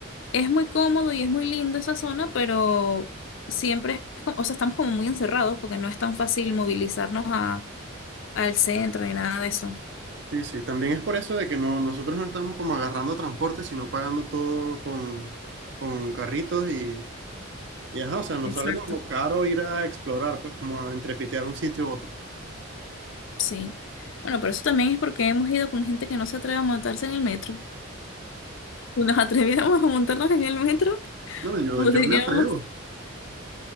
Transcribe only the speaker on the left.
Es muy cómodo y es muy lindo esa zona, pero siempre es, co- o sea, estamos como muy encerrados porque no es tan fácil movilizarnos a, al centro ni nada de eso.
Exacto.
Sí. Bueno, pero eso también es porque hemos ido con gente que no se atreve a montarse en el metro. Si nos atreviéramos a montarnos en el metro,
<laughs>
podríamos,